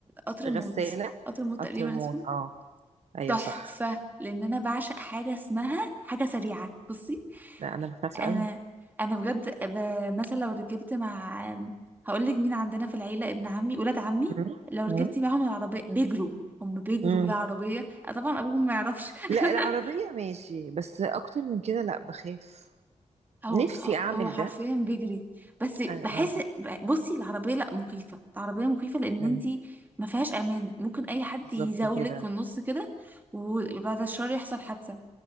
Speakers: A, on the right; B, on the right.
A: قطر الموت
B: غسالة
A: قطر الموت
B: قطر
A: تقريبا
B: الموت
A: اسمه
B: اه ايوه
A: تحفة
B: صح
A: لأن أنا بعشق حاجة اسمها حاجة سريعة بصي
B: لا انا بخاف
A: انا
B: قوي
A: انا بجد ب... مثلا لو ركبت مع هقول لك مين عندنا في العيله ابن عمي ولاد عمي
B: مم.
A: لو ركبتي
B: مم.
A: معاهم العربيه بيجروا هم بيجروا
B: مم.
A: بالعربيه أه طبعا ابوهم ما يعرفش <laughs>
B: لا العربية ماشي بس اكتر من كده لا بخاف
A: هو
B: نفسي اعمل
A: هو حرفيا
B: ده
A: بيجري بس بحس
B: اه آه.
A: بصي العربيه لا مخيفه العربيه مخيفه لان
B: مم.
A: انتي ما فيهاش امان ممكن اي حد
B: بالظبط
A: يزاولك
B: كده
A: في النص كده وبعد الشر يحصل حادثه